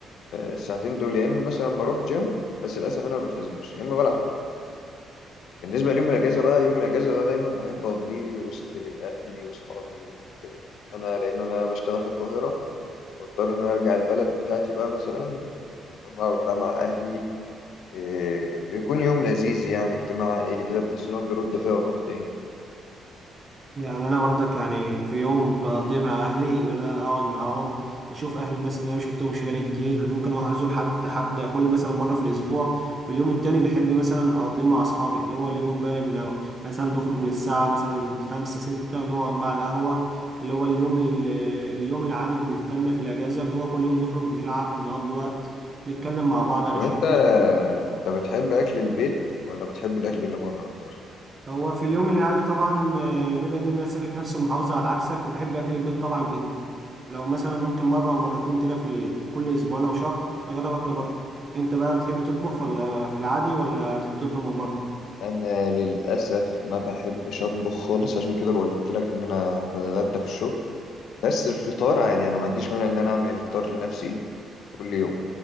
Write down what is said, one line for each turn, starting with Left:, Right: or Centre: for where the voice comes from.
Left: الساعتين دول يا اما مثلا بروح جيم بس للاسف انا ما بلتزمش يا اما بلعب كوره بالنسبه ليوم الاجازه بقى يوم الاجازه ده دايما بحب اقضيه وسط اهلي واصحابي وكده يعني ان انا لان انا بشتغل في القاهره واضطر ان أنا ارجع البلد بتاعتي بقى مثلا بقعد بقى مع اهلي إيه، بيكون يوم لذيذ يعني اجتماع عائلي كده بحس ان هو بيرد فيها الروح تاني
Right: يعني انا برضك يعني في يوم بقضي مع اهلي اللي انا اقعد معاهم اشوف اهل الناس اللي انا ما شفتهمش بقالي كتير ممكن اروح ازور حد حد كل مثلا مره في الاسبوع واليوم التاني بحب مثلا اقضيه مع اصحابي اللي هو اليوم بقى من أو... مثلا نخرج من الساعه مثلا خمسة ستة ونقعد بقى على القهوه اللي هو اليوم ال... اليوم العادي بالنسبه لنا في الاجازه اللي هو كل يوم نخرج نلعب نقضي وقت نتكلم مع بعض عن
Left: طب
Right: الشغل
Left: انت انت بتحب اكل البيت ولا بتحب الاكل اللي بره اكتر
Right: هو في اليوم العادي طبعا آه، بما ان الناس ساكن في نفس المحافظه على عكسك فبحب اكل البيت طبعا جدا لو مثلا ممكن مره او مرتين كده في ال- كل اسبوعين او شهر اجرب اكل بره انت بقى بتحب تطبخ ولا في العادي ولا تحب تطلب من بره
Left: انا للاسف ما بحبش اطبخ خالص عشان كده قلت لك ان انا بتغدى في الشغل بس الفطار عادي انا ما عنديش مانع ان انا اعمل الفطار لنفسي كل يوم